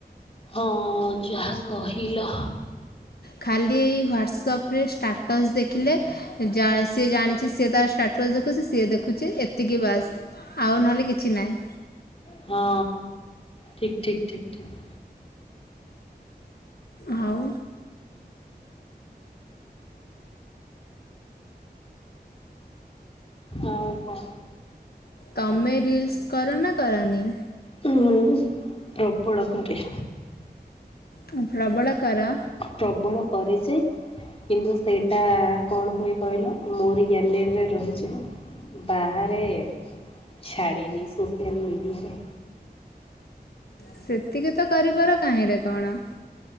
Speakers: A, on the left (about 35°); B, on the left (about 65°).
A: ହଉ ଯାହା କହିଲ
B: ଖାଲି ଏଇ ହ୍ଵାଟ୍ସଅପରେ ଷ୍ଟାଟସ୍ ଦେଖିଲେ ଜା ସିଏ ଜାଣିଚି ସିଏ ତା ଷ୍ଟା ଟସ୍ ଦେଖୁଚି ସିଏ ଦେଖୁଚି ଏତିକି ବାସ୍ ଆଉ ନହେଲେ କିଛି ନାଇଁ।
A: ହଁ ଠିକ୍ ଠିକ୍ ଠିକ୍ ଠିକ୍।
B: ଆଉ
A: ଆଉ କଣ?
B: ତମେ ରିଲ୍ସ କର ନା କରନି?
A: କିଏ ମୁଁ ମୁଁ ମୁଁ ପ୍ରବଳ କରେ।
B: କଣ ପ୍ରବଳ କର?
A: ପ୍ରବଳ କରେ ଯେ କିନ୍ତୁ ସେଇଟା କଣ ହୁଏ କହିଲ? ମୋରି ଗ୍ୟାଲେରୀରେ ରହିଯାଏ। ବାହାରେ ଛାଡେନି ସୋସିଆଲ ମିଡିଆରେ।
B: ସେତିକି ତ କରିବାର କାହିଁରେ କଣ।